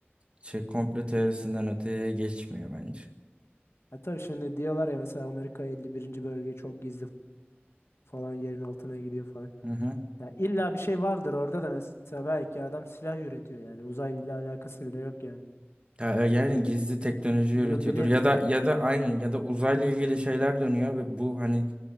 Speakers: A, on the right; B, on the left.
A: şey komplo teorisinden öteye geçmiyor bence.
B: Ha tabii şimdi diyorlar ya mesela Amerika 51. bölge çok gizli falan yerin altına gidiyor falan.
A: Hı hı.
B: Ya illa bir şey vardır orada da mesela belki adam silah üretiyor yani uzayla alakası bile yok yani.
A: Ya, e, yani gizli teknoloji
B: Bunu
A: üretiyordur
B: bilemiyorsun.
A: ya da ya da aynen ya da uzayla ilgili şeyler dönüyor ve bu hani